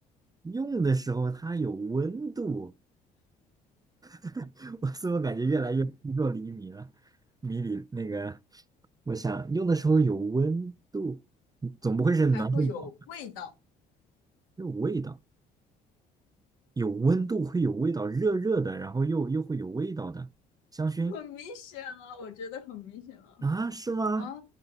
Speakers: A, on the right; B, on the left.
A: 用的时候它有温度，<laughs> 我怎么感觉越来越扑朔迷离了？迷离那个，我想用的时候有温度，总不会是暖手宝。
B: 还会有味道，
A: 有味道，有温度会有味道，热热的，然后又又会有味道的香薰
B: <laughs> 很明显啊，我觉得很明显啊。
A: 啊？是吗？
B: 啊，